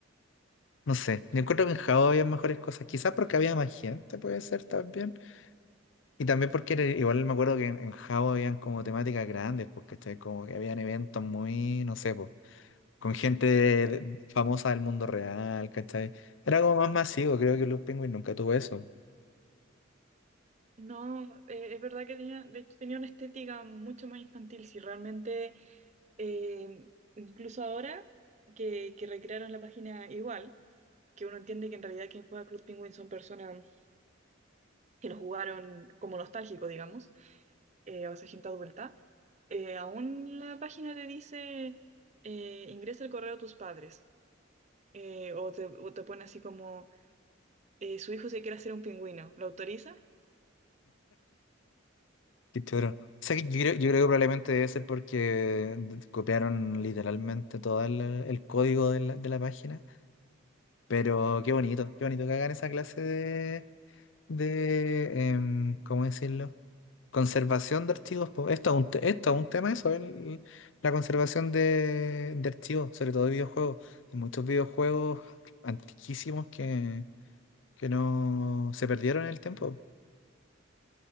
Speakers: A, on the left; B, on the right.
A: no sé, yo encuentro que en Jao había mejores cosas, quizás porque había más gente, puede ser también, y también porque era- igual me acuerdo que en, en Jao habían como temáticas grandes, porque como que habían eventos muy, no sé, pues con gente de- de- famosa del mundo real, ¿cachai? Era como más masivo, creo que Los Penguin nunca tuvo eso.
B: No, eh, es verdad que tenía, de hecho tenía una estética mucho más infantil, si realmente, eh, incluso ahora que, que recrearon la página igual, que uno entiende que en realidad quien juega Club Penguin son personas que lo jugaron como nostálgico, digamos, eh, o sea, gente adulta, eh, aún la página te dice, eh, ingresa el correo de tus padres, eh, o te, o te pone así como, eh, su hijo se quiere hacer un pingüino, ¿lo autoriza?
A: Qué choro. O sea, que yo creo, yo creo que probablemente debe ser porque d- copiaron literalmente todo el, el código de la, de la página. Pero qué bonito, qué bonito que hagan esa clase de, de em, ¿cómo decirlo? Conservación de archivos. po. Esto es un, te- esto es un tema eso, el- la conservación de, de archivos, sobre todo de videojuegos. Hay muchos videojuegos antiquísimos que, que no se perdieron en el tiempo.